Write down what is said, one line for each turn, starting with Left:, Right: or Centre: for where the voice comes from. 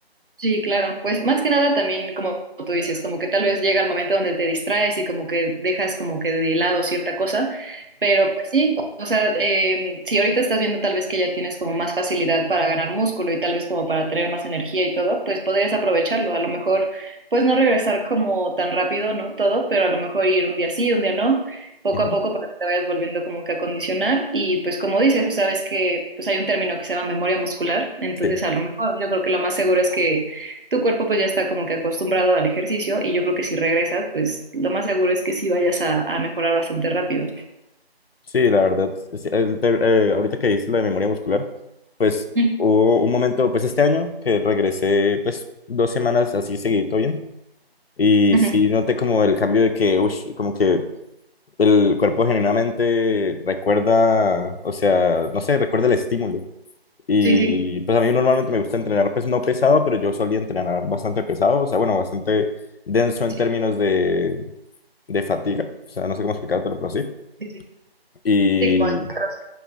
Right: Sí, claro. Pues más que nada también, como tú dices, como que tal vez llega el momento donde te distraes y como que dejas como que de lado cierta cosa, pero pues sí, o sea, eh, si ahorita estás viendo tal vez que ya tienes como más facilidad para ganar músculo y tal vez como para tener más energía y todo, pues podrías aprovecharlo. A lo mejor, pues no regresar como tan rápido, ¿no? Todo, pero a lo mejor ir un día sí, un día no. poco
Left: Ujú, ujú.
Right: a poco para que te vayas volviendo como que a condicionar y pues como dices, sabes que pues hay un término que se llama memoria muscular, entonces
Left: Sí.
Right: a lo mejor yo creo que lo más seguro es que tu cuerpo pues ya está como que acostumbrado al ejercicio y yo creo que si regresas, pues lo más seguro es que sí vayas a, a mejorar bastante rápido.
Left: Sí, la verdad, es- el te- eh, ahorita que dices lo de memoria muscular, pues
Right: Ujú,
Left: hubo un momento, pues este año, que regresé pues dos semanas así seguidito bien, y
Right: ujú.
Left: sí noté como el cambio de que, ush, como que el cuerpo genuinamente recuerda, o sea, no sé, recuerda el estímulo. Y
Right: Sí, sí.
Left: pues a mí normalmente me gusta entrenar pues no pesado, pero yo solía entrenar bastante pesado, o sea, bueno, bastante denso en
Right: Sí,
Left: términos de, de fatiga, o sea, no sé cómo explicártelo, pero sí.
Right: sí, sí.
Left: y
Right: Sí, con-
Left: O
Right: otros.